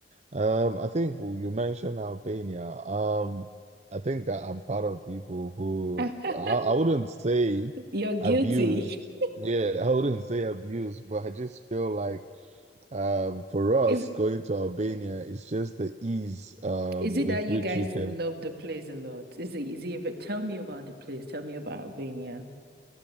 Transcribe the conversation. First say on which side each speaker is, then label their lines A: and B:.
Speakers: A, on the right (about 40°); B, on the right (about 60°).
A: Um, I think you mentioned Albania. Um, I think I- I'm part of people who
B: <laughs>
A: I, I wouldn't say
B: You're guilty.
A: abused.
B: <laughs>
A: Yeah, I wouldn't say abused, but I just feel like um, for us
B: It's
A: going to Albania, it's just the ease um,
B: Is it
A: with
B: that you
A: which
B: guys
A: you can.
B: love the place a lot? Is it is it ever tell me about the place. Tell me about Albania.